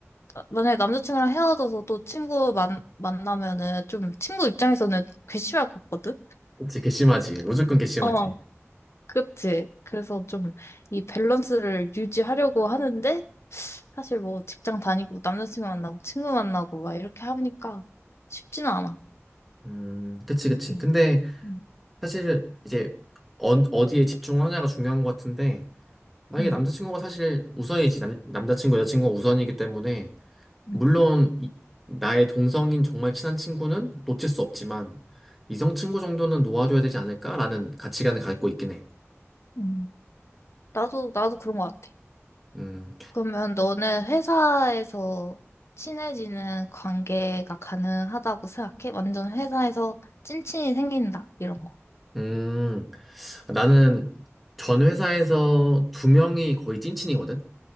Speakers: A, on the left (about 65°); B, in the centre.
A: 만약에 남자친구랑 헤어져서 또 친구 만, 만나면은 좀 친구 입장에서는 괘씸할 것 같거든?
B: 그치, 괘씸하지. 무조건 괘씸하지.
A: 어. 그치. 그래서 좀 이 밸런스를 유지하려고 하는데, 사실 뭐 직장 다니고 남자친구 만나고 친구 만나고 막 이렇게 하니까 쉽지는 않아.
B: 음, 그치, 그치.
A: 음,
B: 근데
A: 응,
B: 사실 이제 어, 어디에 집중하냐가 중요한 것 같은데 만약에
A: 응,
B: 남자친구가 사실 우선이지 남, 남자친구, 여자친구가 우선이기 때문에
A: 응.
B: 물론 이- 나의 동성인 정말 친한 친구는 놓칠 수 없지만 이성 친구 정도는 놓아줘야 되지 않을까라는 가치관을 갖고 있긴 해.
A: 응. 응. 나도, 나도 그런 것 같아.
B: 음,
A: 그러면 너는 회사에서 친해지는 관계가 가능하다고 생각해? 완전 회사에서 찐친이 생긴다, 이런 거.
B: 음, 나는 전 회사에서 두 명이 거의 찐친이거든.